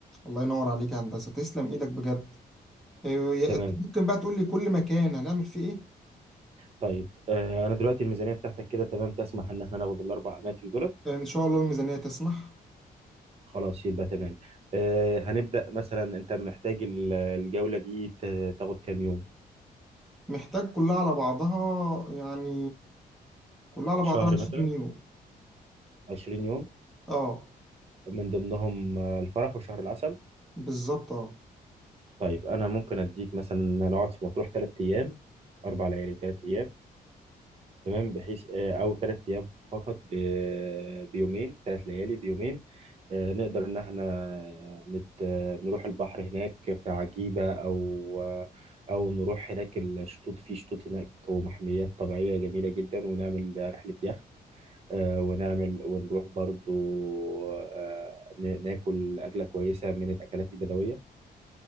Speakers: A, in the centre; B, on the right.
A: الله ينور عليك يا هندسة تسلم إيدك بجد إيه،
B: تمام
A: ممكن بقى تقول لي كل مكان هنعمل فيه إيه
B: طيب آه انا دلوقتي الميزانيه بتاعتك كده تمام تسمح ان احنا ناخد الاربع اماكن دولت
A: إن شاء الله الميزانية تسمح
B: خلاص يبقى تمام آه هنبدا مثلا انت محتاج ال- الجوله دي ت- تاخد كام يوم
A: محتاج كلها على بعضها يعني كلها على
B: شهر
A: بعضها 20
B: مثلا
A: يورو
B: 20 يوم
A: اه
B: من ضمنهم آه، الفرح وشهر العسل
A: بالظبط اه
B: طيب أنا ممكن أديك مثلا نقعد في مطروح 3 أيام أربع ليالي 3 أيام تمام بحيث آه، او ثلاث ايام فقط ب- بيومين ثلاث ليالي بيومين آه، نقدر ان احنا نت... نروح البحر هناك في عجيبة او او نروح هناك الشطوط في شطوط هناك ومحميات طبيعية جميلة جدا ونعمل رحلة يخت آه، ونعمل ونروح برضو آه، ن- ناكل أكلة كويسة من الأكلات البدوية